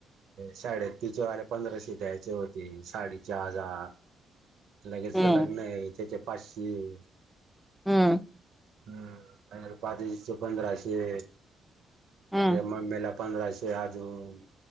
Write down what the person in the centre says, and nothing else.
हम्म
हम्म
हम्म